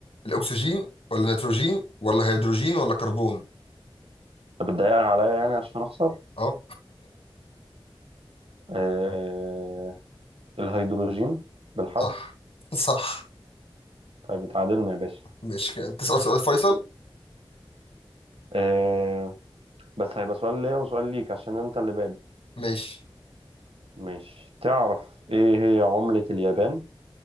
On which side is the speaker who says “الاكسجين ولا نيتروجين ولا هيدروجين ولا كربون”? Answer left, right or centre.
Left